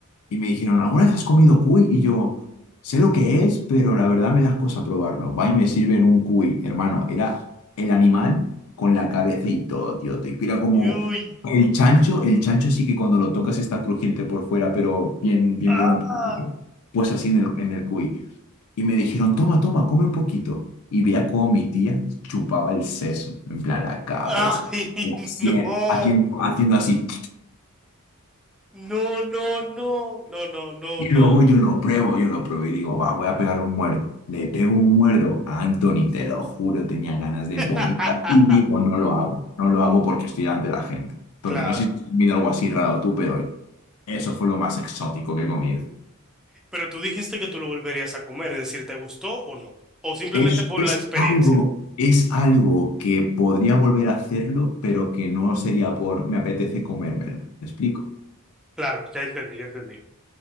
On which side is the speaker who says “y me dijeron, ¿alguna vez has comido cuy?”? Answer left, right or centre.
Left